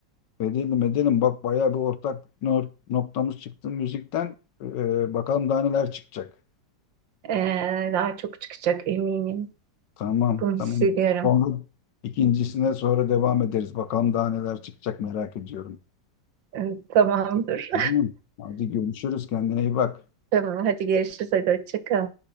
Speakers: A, on the left; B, on the right.
A: edelim edelim. Bak bayağı bir ortak no- noktamız çıktı müzikten. Ee, bakalım daha neler çıkacak.
B: E, daha çok çıkacak eminim.
A: Tamam,
B: Bunu hissediyorum.
A: tamam. Onu ikincisine sonra devam ederiz. Bakalım daha neler çıkacak merak ediyorum.
B: E, Tamamdır.
A: Tamam. Hadi görüşürüz. Kendine iyi bak.
B: <laughs> Tamam, hadi görüşürüz. Hadi hoşça kal.